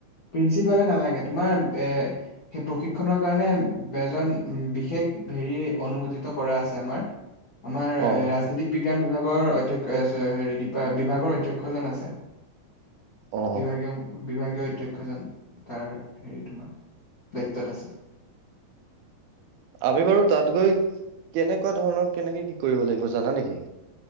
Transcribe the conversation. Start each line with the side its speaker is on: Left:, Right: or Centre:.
Left: প্ৰিন্সিপালে নালাগে তোমাৰ এ সেই প্ৰশিক্ষনৰ কাৰণে এজন বিশেষ হেৰি অনুমোদিত কৰা আছে আমাৰ। আমাৰ
Right: অ
Left: ৰাজনৈতিক বিজ্ঞান বিভাগৰ অধ্যক্ষ হেৰি বিভাগৰ অধ্যক্ষ জন আছে।
Right: অ
Left: বিভাগীয় বিভাগীয় অধ্য ক্ষজন তাৰ হেৰি তোমাৰ দায়িত্বত আছে।
Right: আমি বাৰু তাত গৈ, কেনেকুৱা ধৰণৰ কেনেকে কি কৰিব লাগিব জানা নেকি?